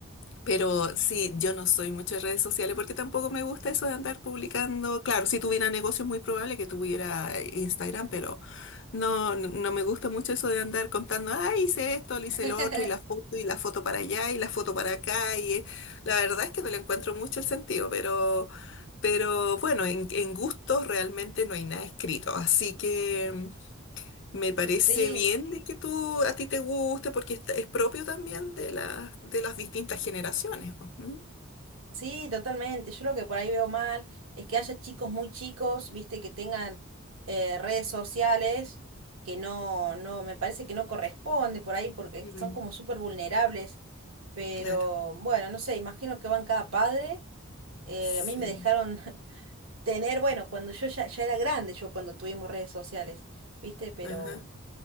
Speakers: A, on the left; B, on the right.
A: pero sí, yo no soy mucho de redes sociales porque tampoco me gusta eso de andar publicando. Claro, si tuviera negocios, muy probable que tuviera eh, Instagram, pero no, no no me gusta mucho eso de andar contando, ah, hice esto, le
B: <laughs>
A: hice lo otro, y la foto, y la foto para allá, y la foto para acá. Y eh, la verdad es que no le encuentro mucho el sentido, pero, pero bueno, en, en gustos realmente no hay nada escrito. Así que. mm, me parece
B: Sí.
A: bien de que tú a ti te guste porque esta- es propio también de las de las distintas generaciones. po. ¿Mm?
B: Sí, totalmente. Yo lo que por ahí veo mal es que haya chicos muy chicos, viste, que tengan eh, redes sociales, que no, no, me parece que no corresponde por ahí porque
A: Mm.
B: son como súper vulnerables. Pero
A: Claro,
B: bueno, no sé, imagino que van cada padre. Eh,
A: sí,
B: a mí me dejaron <laughs> tener, bueno, cuando yo ya, ya era grande, yo cuando tuvimos redes sociales, viste, pero
A: ajá,